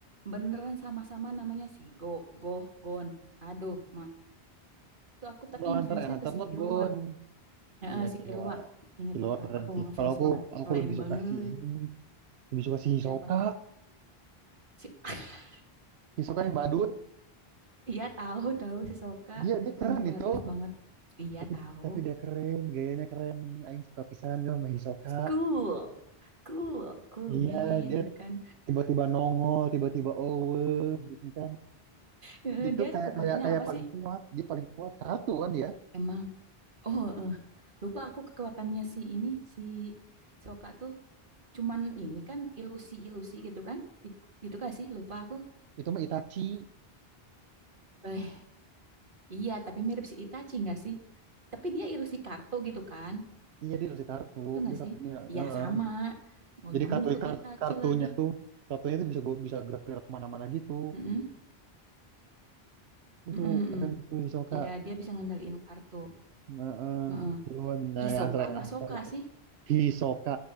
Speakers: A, on the right (about 55°); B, on the right (about 85°).
A: beneran sama-sama namanya Sigo, Goh, Gon. Aduh, Mak. Tuh aku tapi
B: Kalau
A: ngefansnya
B: Hunter x Hunter
A: ke si
B: mah
A: Kilua.
B: Gon.
A: Heeh,
B: Iya
A: si
B: Killua.
A: Kilua. Ingatnya
B: Killua
A: Kilua.
B: keren
A: Aku
B: sih.
A: ngefans
B: Kalau aku
A: banget.
B: aku
A: Keren
B: lebih suka
A: banget.
B: si ini. Lebih suka si Hisoka.
A: Siapa? Si... <laughs>
B: Hisoka yang badut.
A: Iya tahu, tahu si Soka.
B: Dia dia keren
A: Manipulatif
B: itu.
A: banget. Iya
B: Tapi
A: tahu.
B: tapi dia keren, gayanya keren. Aing suka pisan sama Hisoka.
A: Cool. Cool, cool
B: Iya,
A: man
B: dia
A: gitu kan.
B: tiba-tiba nongol, tiba-tiba owe gitu kan.
A: Heeh,
B: Itu
A: Dia
B: kayak
A: kekuatannya
B: kayak kayak
A: apa
B: paling
A: sih?
B: kuat, dia paling kuat kartu kan dia.
A: Emang Oh, eh. Lupa aku kekuatannya si ini, si Soka tuh cuman ini kan ilusi-ilusi gitu kan? It- gitu gak sih? Lupa aku.
B: Itu mah Itachi.
A: Eh, iya, tapi mirip si Itachi gak sih? Tapi dia ilusi kartu gitu kan?
B: Iya dia dari kartu,
A: Itu
B: dia
A: gak sih?
B: kartunya.
A: Iya,
B: eh.
A: sama. Oh,
B: Jadi
A: nyambung
B: kartu
A: ke
B: kar-
A: Itachi
B: kartunya
A: lagi.
B: tuh kartunya tuh bisa gua bisa gerak-gerak kemana-mana gitu.
A: Mm-mm,
B: Itu
A: mm-mm, mm-mm.
B: keren tuh Hisoka.
A: Ya, dia bisa ngendaliin kartu.
B: Nah, eh,
A: Heeh.
B: buruan. Nah,
A: Isoka
B: yang sering
A: apa
B: yang
A: Soka
B: tuh.
A: sih?
B: Hisoka